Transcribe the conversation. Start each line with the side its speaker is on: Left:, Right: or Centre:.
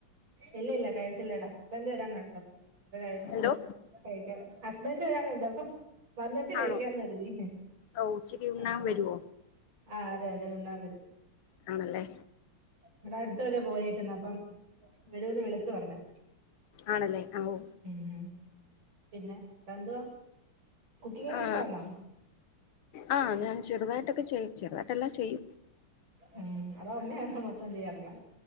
Right: ഇല്ലില്ല കഴിച്ചില്ലടാ ഹസ്ബന്റ് വരാനുണ്ട് അ പ്പം അത് കഴിഞ്ഞിട്ട്
Left: എന്തോ
Right: കഴിക്കണം ഹസ്ബന്റ്‌ വരാനുണ്ടോ അപ്പൊ? വന്നിട്ട് കഴിക്കാന്ന്
Left: ആണോ
Right: കരുതി
Left: ഓ ഉച്ചക്ക് ഉണ്ണാൻ
Right: ആ
Left: വരുവോ?
Right: ആ അതെ അതെ ഉണ്ണാൻ വരും
Left: ആണല്ലേ
Right: ഇവിടെ അടുത്തുവരെ പോയേക്കുന്ന് അപ്പം വരോന്ന് വിളിച്ച് പറഞ്ഞ്
Left: ആണല്ലേ അമ്മൂ
Right: ഉം പിന്നെ എന്തുവാ കുക്കിങ്ങൊക്കെ
Left: ആ
Right: ഇഷ്ടാന്നൊ
Left: ആ ഞാൻ ചെറുതായിട്ടൊക്കെ ചെയ്യും. ചെറുതായിട്ടെല്ലാം ചെയ്യും.
Right: ഉം അതോ ഉമ്മയാണോ മൊത്തം ചെയ്യാറുള്ളേ